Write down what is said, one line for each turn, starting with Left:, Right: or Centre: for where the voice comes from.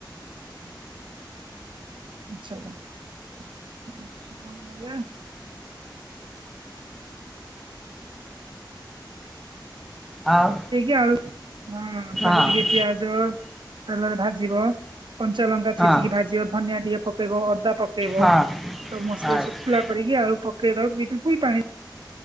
Right: <unintelligible>
Centre: ଆଉ
Right: ଏତିକି ଆଉ ହଁ
Centre: ହଁ
Right: ତାକୁ ଟିକେ ପିଆଜ ତେଲରେ ଭାଜିବ। କଞ୍ଚା ଲଙ୍କା
Centre: ହଁ
Right: ଛେଚିକି ଭାଜିବ ଧନିଆ ଟିକେ ପକେଇବ ଅଦା ପକେଇବ
Centre: ହଁ ହଁ
Right: ତ ମସଲା
Centre: ଆଚ୍ଛା
Right: ଶୁଖ କିଲା କରିକି ଆଳୁ ପକେଇ ଦବ ବିଲକୁଲ୍ ପାଣି ଦ